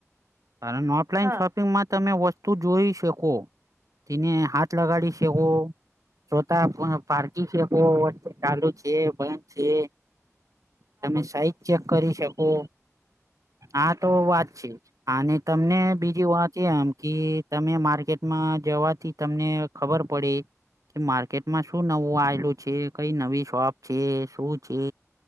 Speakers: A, on the right; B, on the right.
A: કારણ ઓફલાઈન
B: હા
A: શોપિંગમાં તમે વસ્ તું જોઈ શકો. તેને હાથ લગાડી શકો શોતા પારકી શકો. કો ચાલુ છે, બંધ છે તમે
B: આ તો
A: સાઈઝ
B: છે જ
A: ચે ક કરી શકો. આ તો વાત છે અને તમને બીજી વાત એમ કે તમે માર્કેટમાં જવાથી તમને ખબર પડી. કે માર્કેટમાં શું નવું આયલું છે, કંઈ નવી શોપ છે, શું છે.